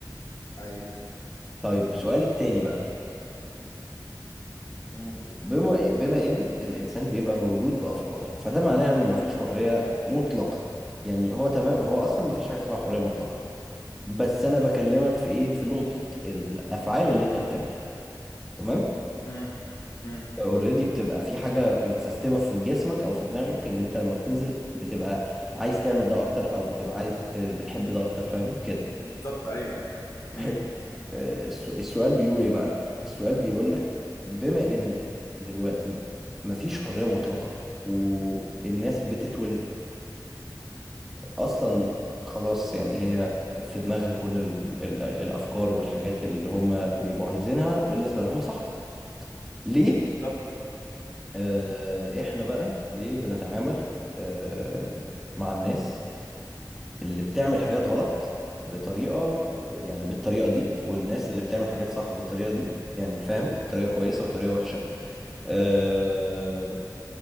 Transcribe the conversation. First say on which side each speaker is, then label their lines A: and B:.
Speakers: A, on the left; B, in the centre.
A: ايوه
B: طيب سؤالي التاني بقى
A: مم.
B: بما بما ان الانسان بيبقى مولود بافكار فده معناها ان مفيش حريه مطلقه يعني هو تمام هو اصلا مفيش حاجه اسمها حريه مطلقه بس انا بكلمك في ايه في نقطه الافعال اللي انت بتعملها تمام
A: مم. مم.
B: اوريدي بتبقى في حاجة متسيستمة في جسمك او في دماغك ان انت لما بتنزل بتبقى عايز تعمل ده اكتر او بتبقى عايز ت- بتحب ده اكتر فاهم كده
A: بالظبط ايوه
B: حلو
A: مم.
B: آه، السو- السؤال بيقول ايه بقى السؤال بيقول لك بما ان دلوقتي مفيش حرية مطلقة والناس بتتولد اصلا خلاص يعني هي في دماغها كل ال ال الافكار والحاجات اللي هم بيبقوا عايزينها بالنسبة لهم صح ليه
A: بالظبط
B: آه، احنا بقى ليه بنتعامل آه، مع الناس اللي بتعمل حاجات غلط بطريقة يعني بالطريقة دي والناس اللي بتعمل حاجات صح بالطريقة دي يعني فاهم طريقة كويسة وطريقة وحشة آه،